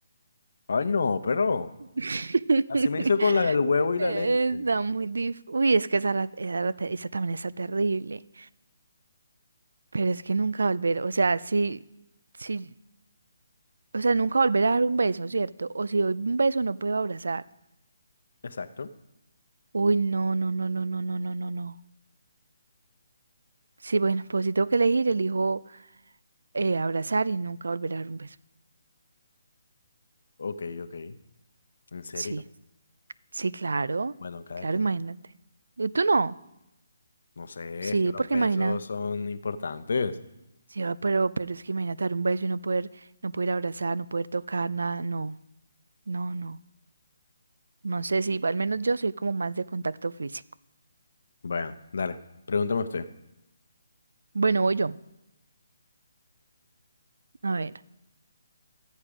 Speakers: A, on the left; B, on the right.
A: Ay, no, pero
B: <laughs>
A: así me hizo con la del huevo y
B: Está
A: la leche.
B: muy difícil. Uy, es que esa, era- esa, era te- esa también está terrible. Pero es que nunca volver, o sea, si, si, o sea, nunca volver a dar un beso, ¿cierto? O si doy un beso no puedo abrazar.
A: Exacto.
B: Uy, no, no, no, no, no, no, no, no, no. Sí, bueno, pues si tengo que elegir, elijo eh, abrazar y nunca volver a dar un beso.
A: Ok, ok. ¿En serio?
B: Sí, sí, claro,
A: Bueno, cada
B: claro,
A: quien.
B: imagínate. ¿Y ¿Tú no?
A: No sé,
B: Sí,
A: es que los
B: porque
A: besos
B: imagina.
A: son importantes.
B: Sí, ah, pero, pero es que imagínate dar un beso y no poder, no poder abrazar, no poder tocar nada, no, no, no. No sé si, al menos yo soy como más de contacto físico.
A: Bueno, dale. Pregúntame usted.
B: Bueno, voy yo. A ver.